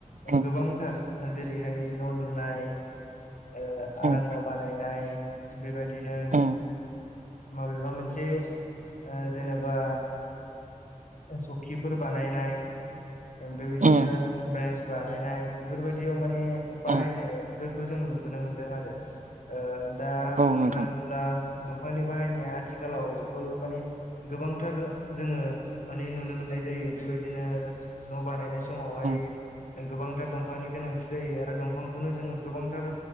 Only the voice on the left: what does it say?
गोबांथार जेरैहाय न' लुनाय ओ आरांगा
बानायनाय बेबायदिनो
माबेबा मोनसे ओ जेनेबा सखिफोर बानायनाय बेबायदिनो
ब्रेन्स बानायनाय बेफोरबायदियाव माने बाहायनायफोर
खौ जों नुबोनो मोनदों आरो ओ दा
बुंनो
थाङो ब्ला दंफांनि बाहायनाया आथिखालावबो माने गोबांथार जोङो माने नुनो मोननाय जायो बेबायदिनो न' बानायनाय समावहाय
गोबांथार दंफांनि गोनांथि जायो आरो दंफांखौनो जोङो गोबांथार